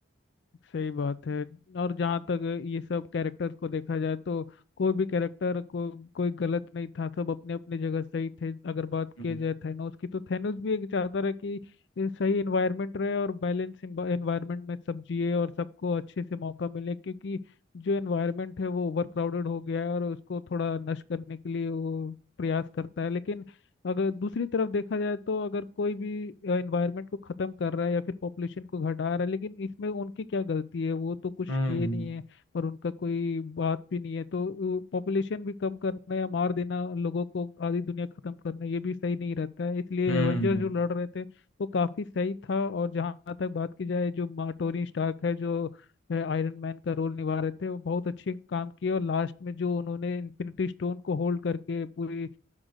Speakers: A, on the left; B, on the left.
A: सही बात है और जहाँ तक ये सब कैरेक्टर्स को देखा जाए तो कोई भी कैरेक्टर को कोई गलत नहीं था सब अपने अपने जगह सही थे अगर बात
B: हम्म
A: किया जाए थैनोस की तो थैनोस भी एक चाहता रहा कि ये सही एनवायरनमेंट रहे और बैलेंस एनवायरनमेंट में सब जिए और सबको अच्छे से मौका मिले क्योंकि जो एनवायरनमेंट है वो ओवर क्राउडेड हो गया है और उसको थोड़ा नष्ट करने के लिए वो प्रयास करता है लेकिन अगर दूसरी तरफ देखा जाए तो अगर कोई भी एनवायरनमेंट को ख़त्म कर रहा है या फिर पॉपुलेशन को घटा रहा है लेकिन इसमें उनकी क्या गलती है वो तो कुछ
B: हम्म
A: किए नहीं है और उनका कोई बात भी नहीं है तो पॉपुलेशन भी कम करना या मार देना लोगों को आधी दुनिया ख़त्म करना ये भी सही नहीं रहता है इसलिए
B: हम्म।
A: एवेंजर्स जो लड़ रहे थे वो काफ़ी सही था और जहाँ तक बात की जाए जो मा- टोनी स्टार्क है जो आयरन मैन का रोल निभा रहे थे वो बहुत अच्छे काम किए और लास्ट में जो उन्होंने इन्फिनिटी स्टोन को होल्ड करके पूरी